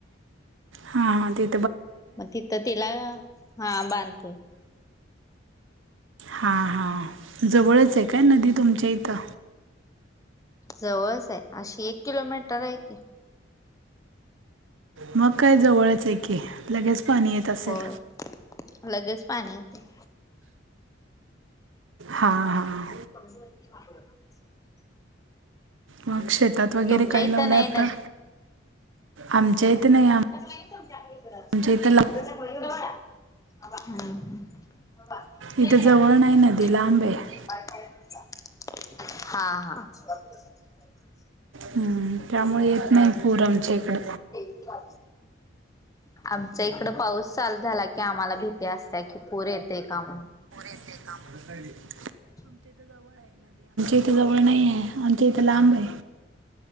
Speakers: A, on the right; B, on the left.
A: हा, हा, ते
B: मग तिथं तिला हा बांधतोय
A: हा, हा, जवळच आहे काय नदी तुमच्या इथं?
B: जवळच आहे, अशी एक किलोमीटर आहे की.
A: मग काय जवळच आहे की, लगेच पाणी येत असेल.
B: होय. लगेच पाणी येते.
A: हा, हा
B: <inaudible>
A: मग शेतात वगैरे
B: तुमच्या
A: काय
B: इथं
A: लावलं
B: नाही
A: आता आमच्या
B: म
A: इथे नाही आम-
B: इकड
A: आमच्या इथं
B: इडड
A: ला
B: <unintelligible> हम्म ह्
A: इथं जवळ नाही नदी
B: ह
A: लांब आहे
B: बाय हा हा
A: हम्म त्यामुळे येत नाही पूर आमच्या इकड
B: क ला <unintelligible> आमचा इकड पाऊस चालू झाला की आम्हाला भीती असत की पूर येतय का म्हण
A: का
B: ब
A: इथं जवळ नाही आहे आमच्या इथं लांब आहे